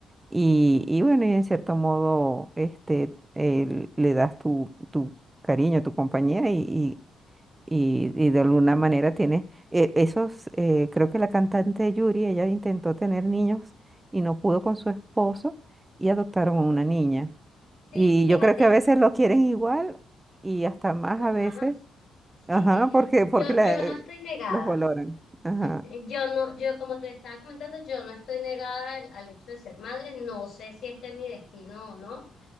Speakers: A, on the right; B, on the left.
A: Y, y bueno, y en cierto modo, este, eh, le das tu, tu cariño, tu compañía y, y- y- y de alguna manera tienes eh, esos, eh, creo que la cantante Yuri, ella intentó tener niños y no pudo con su esposo y adoptaron
B: Ok.
A: a una niña.
B: Sí,
A: Y
B: fíjate,
A: yo creo que a veces lo quieren igual y hasta más
B: o
A: a
B: más.
A: veces,
B: Sí,
A: ajá, porque, porque
B: yo,
A: la-
B: yo
A: eh,
B: no estoy negada.
A: los valoran. Ajá,
B: Yo no, yo como te estaba comentando, yo no estoy negada al, al hecho de ser madre, no sé si este es mi destino o no,